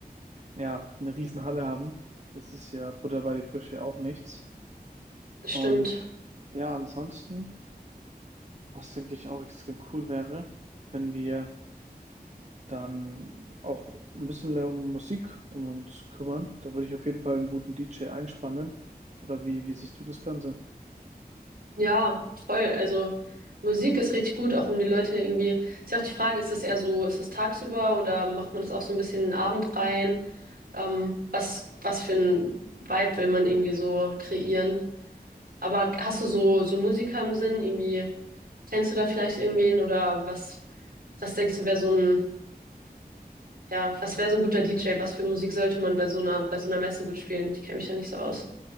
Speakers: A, on the right; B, on the right.
A: ja eine riesen Halle haben. Das ist ja Butter bei die Fische auch nichts.
B: Stimmt.
A: Und ja, ansonsten Was, denke ich, auch extrem cool wäre, wenn wir dann auch ein bisschen mehr um Musik um uns kümmern. Da würde ich auf jeden Fall einen guten DJ einspannen. Oder wie, wie siehst du das Ganze?
B: Ja, voll. Also Musik ist richtig gut, auch um die Leute irgendwie. Ist ja auch die Frage, ist es eher so, ist es tagsüber oder macht man das auch so ein bisschen in den Abend rein? Ähm, was, was für ein Vibe will man irgendwie so kreieren? Aber hast du so, so Musiker im Sinn, irgendwie? Kennst du da vielleicht irgendwen oder was, was denkst du, wäre so ein, ja, was wäre so ein guter DJ? Was für Musik sollte man bei so einer, bei so einer Messe gut spielen? Ich kenne mich da nicht so aus.